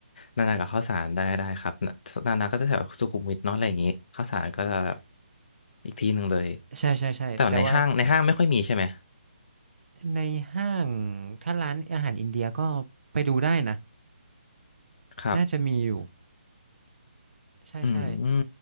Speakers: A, on the left; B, on the right.
A: นานากับข้าวสารได้ได้ครับนานานาก็จะแถวสุขุมวิทเนาะอะไรอย่างงี้ข้าวสารก็จะแบบอีกที่หนึ่งเลย
B: ใช่ใช่ใช่แต่ว่า
A: แต่ว่าในห้างในห้างไม่ค่อยมีใช่ไหม
B: ในห้างถ้าร้านอาหารอินเดียก็ไปดูได้นะ
A: ครับ
B: น่าจะมีอยู่ใช่ใช่
A: อืม